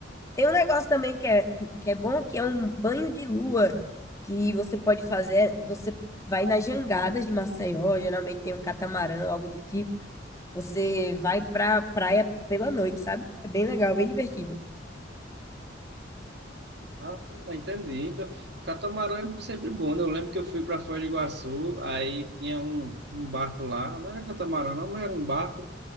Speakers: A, on the left; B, on the right.
A: Tem um negócio também que é, que é bom, que é um banho de lua que você pode fazer. é, Você vai nas jangadas de Maceió, geralmente tem um catamarã, algo do tipo. Você vai pra praia pela noite, sabe? É bem legal, bem divertido.
B: Ah, entendi. Então, catamarã é sempre bom, né? Eu lembro que eu fui para Foz do Iguaçu, aí tinha um, um barco lá, não era catamarã, não, mas era um barco.